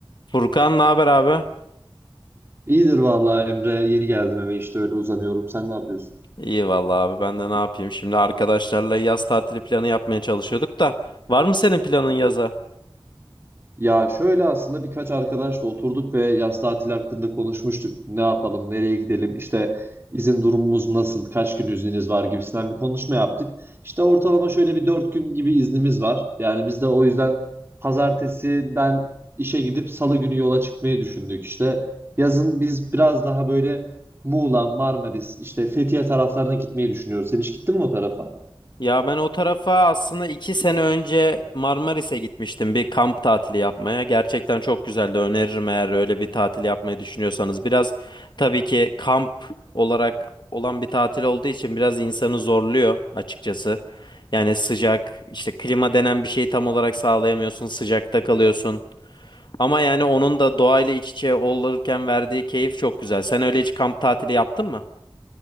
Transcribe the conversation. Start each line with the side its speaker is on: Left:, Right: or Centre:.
Left: Furkan ne haber abi?
Right: İyidir vallahi Emre. Yeni geldim eve işte öyle uzanıyorum. Sen ne yapıyorsun?
Left: İyi vallahi abi ben de ne yapayım? Şimdi arkadaşlarla yaz tatili planı yapmaya çalışıyorduk da var mı senin planın yaza?
Right: Ya şöyle aslında birkaç arkadaşla oturduk ve yaz tatili hakkında konuşmuştuk. Ne yapalım, nereye gidelim, işte izin durumumuz nasıl, kaç gün izniniz var gibisinden bir konuşma yaptık. İşte ortalama şöyle bir dört gün gibi iznimiz var. Yani biz de o yüzden pazartesiden işe gidip salı günü yola çıkmayı düşündük işte. Yazın biz biraz daha böyle Muğla, Marmaris, işte Fethiye taraflarına gitmeyi düşünüyoruz. Sen hiç gittin mi o tarafa?
Left: Ya ben o tarafa aslında iki sene önce Marmaris'e gitmiştim bir kamp tatili yapmaya. Gerçekten çok güzeldi. Öneririm eğer öyle bir tatil yapmayı düşünüyorsanız. Biraz tabii ki kamp olarak olan bir tatil olduğu için biraz insanı zorluyor açıkçası. Yani sıcak, işte klima denen bir şeyi tam olarak sağlayamıyorsun. Sıcakta kalıyorsun. Ama yani onun da doğayla iç içe olurken verdiği keyif çok güzel. Sen öyle hiç kamp tatili yaptın mı?